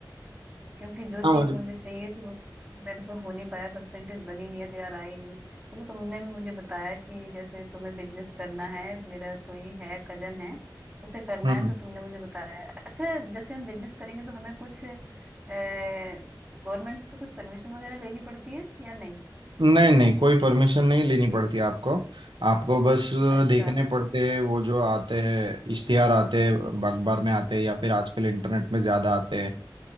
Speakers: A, on the right; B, on the right.
A: क्योंकि जो चीज
B: हाँ
A: मुझे चाहिए थी वो मेरे पे हो नहीं पाया परसेंटेज बनी नहीं है तो यार आई नहीं चलो तुमने भी मुझे बताया कि जैसे तुम्हें बिजनेस करना है मेरा कोई है कजन है उसे करना
B: भाई
A: है तो तुमने मुझे बताया अच्छा जैसे हम बिजनेस करेंगे तो हमें कुछ गवर्नमेंट से कुछ परमिशन वगैरह लेनी पड़ती है या नहीं
B: नहीं नहीं कोई परमिशन नहीं लेनी पड़ती आपको आपको बस
A: अच्छा
B: देखने पड़ते हैं वो जो आते हैं इश्तिहार आते हैं अखबार में आते हैं या फिर आजकल इंटरनेट में ज्यादा आते हैं